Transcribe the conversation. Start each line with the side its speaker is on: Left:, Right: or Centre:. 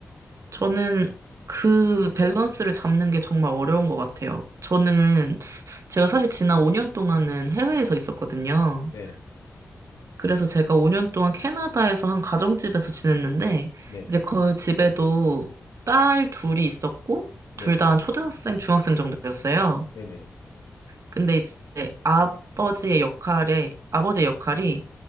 Right: 저는 그 밸런스를 잡는 게 정말 어려운 것 같아요. 저는 제가 사실 지난 5년 동안은 해외에서 있었거든요.
Left: 네,
Right: 그래서 제가 5년 동안 캐나다에서 한 가정집에서 지냈는데,
Left: 네,
Right: 이제 그 집에도 딸 둘이 있었고,
Left: 네,
Right: 둘 다 초등학생, 중학생 정도였어요.
Left: 네, 네,
Right: 근데 이제 아버지의 역할에, 아버지의 역할이